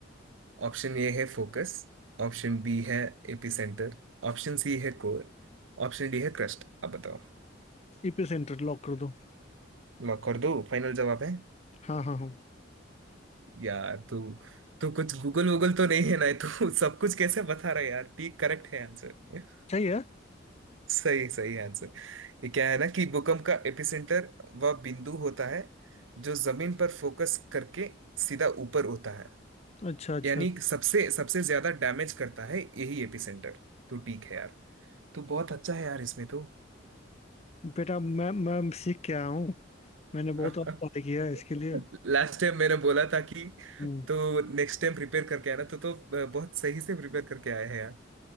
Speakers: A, on the right; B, on the left.
A: ऑप्शन ए है फोकस ऑप्शन बी है एपिसेंटर ऑप्शन सी है कोर ऑप्शन डी है क्रस्ट अब बताओ
B: एपी सेंटर लॉक कर दो
A: लॉक कर दो फाइनल जवाब है
B: हाँ हाँ हाँ
A: यार तू तू कुछ गूगल वूगल तो नहीं है ना तू सब कुछ कैसे बता रहा है यार ठीक करेक्ट है आंसर
B: सही है
A: सही सही आंसर ये क्या है ना कि भूकंप का एपिसेंटर वह बिंदु होता है जो जमीन पर फोकस करके सीधा ऊपर होता है
B: अच्छा अच्छा
A: यानी सबसे सबसे ज्यादा डैमेज करता है यही एपिसेंटर तो ठीक है यार तू बहुत अच्छा है यार इसमें तो
B: बेटा मैं मैं सीख के आया हूँ मैंने
A: <laughs>
B: बहुत पढ़ाई किया है इसके लिए
A: लास्ट टाइम मैंने बोला था कि
B: हम्म।
A: तो नेक्स्ट टाइम प्रिपेयर करके आना तो तो बहुत सही से प्रिपेयर करके आए हैं यार